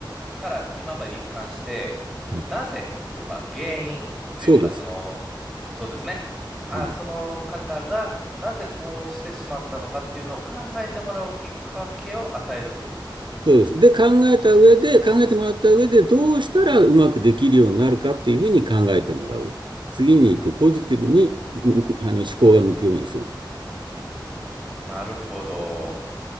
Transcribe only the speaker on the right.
はい
そうです。
はいそうです。で、考えた上で、考えてもらった上で、どうしたらうまくできるようになるかっていうふうに考えてもらう。次に行く、ポジティブに、うんあの、思考が向くようにする。